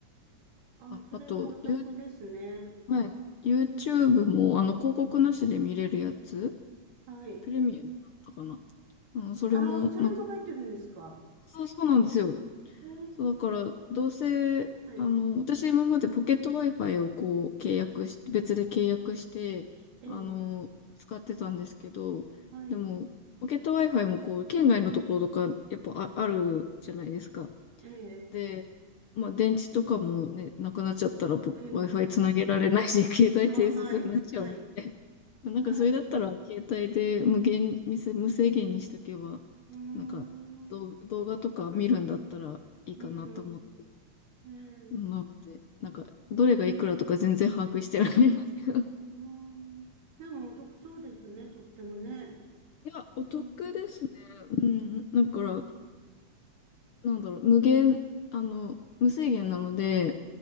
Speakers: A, on the right; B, on the left.
A: あ、
B: あ、
A: それはお得ですね。
B: あと、ユー、はい、YouTube も、あの、広告なしで見れるやつ、
A: はい。はい。
B: プレミアムだったかな。うん、それも、
A: ああ、それも入ってるんですか
B: なんか、そうそうなんですよ。
A: えー、
B: そう、だから、どうせ、
A: はい、
B: あの、私今までポケット Wi-Fi をこう、契約し、別で契約して、
A: えー、
B: あの、使ってたんですけど、
A: はい、
B: でも、ポケット Wi-Fi もこう、県外のところとか、やっぱあ、あるじゃないですか。
A: えー、
B: で、まあ、電池とかもね、なくなっちゃったら、ぼ
A: えー、
B: Wi-Fi つなげられないし、<laughs> 携帯低速になっちゃうので、
A: あ、はい、はい、
B: なんかそれだったら、
A: はい。う
B: 携帯で無限、無制無制限にしとけば、
A: ーん、
B: なんか動、
A: う
B: 動画とか見るんだったらいいかなと思って、
A: ーん、えー、
B: なので、なんか、どれがいくらとか全然把握してないんですけど。い
A: うーん。でもお得そうですね、とってもね。
B: や、お得ですね。
A: うん、
B: うん、だから、
A: うん、
B: なんだろう、無限、あの、無制限なので、